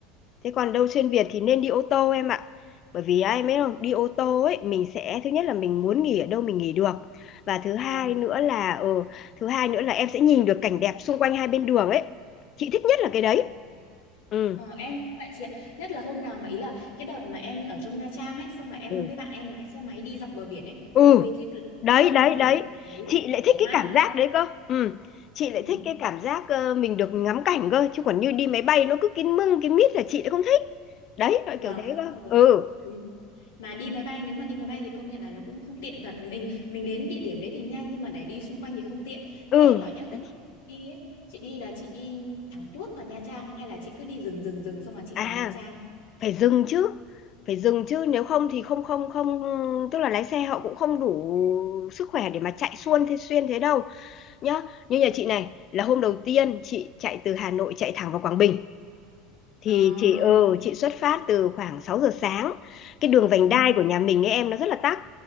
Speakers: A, on the left; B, on the left.
A: thế còn đâu xuyên Việt thì nên đi ô tô em ạ bởi vì ai biết không đi ô tô ấy mình sẽ thứ nhất là mình muốn nghỉ ở đâu mình nghỉ được và thứ hai
B: vâng
A: nữa là ừ thứ hai nữa là em sẽ nhìn được cảnh đẹp xung quanh hai bên đường ấy chị thích nhất là cái đấy
B: Ờ,
A: ừ
B: Ờ, em cũng vậy chị ạ nhất là hôm nào mà ý là cái đợt mà em ở trong Nha Trang ấy xong là em
A: ừ
B: với bạn em lái xe máy đi dọc bờ biển ấy
A: ừ
B: ôi thích
A: đấy
B: luôn
A: đấy
B: mà
A: đấy
B: kiểu tối
A: chị lại
B: gió
A: thích
B: mát
A: cái cảm
B: nữa
A: giác đấy cơ ừ chị lại
B: ừ.
A: thích cái cảm giác ờ, mình được ngắm cảnh cơ chứ còn như đi máy bay nó cứ kín mưng kín mít là chị lại không thích đấy loại
B: vâng
A: kiểu thế cơ
B: đúng rồi.
A: ừ
B: Đúng mà đi máy bay nếu mà đi máy bay thì công nhận là nó cũng không tiện thật mình mình đến địa điểm đấy thì nhanh nhưng mà để đi xung quanh thì không tiện
A: ừ
B: thế em bảo nhá
A: Đấy.
B: khi đi ấy, chị đi là chị đi thẳng tuốt vào Nha Trang hay là chị cứ đi rừng rừng rừng xong là chị
A: à
B: vào Nha Trang
A: phải dừng chứ phải dừng chứ nếu không thì không không không tức là lái xe họ cũng không đủ sức khỏe để mà chạy xuôn thế xuyên thế đâu nhá như nhà chị này là hôm đầu tiên chị chạy từ Hà Nội chạy thẳng vào Quảng Bình thì
B: à
A: chị ừ chị xuất phát từ khoảng 6 giờ sáng cái đường vành
B: ừ.
A: đai của nhà mình ấy em nó rất là tắc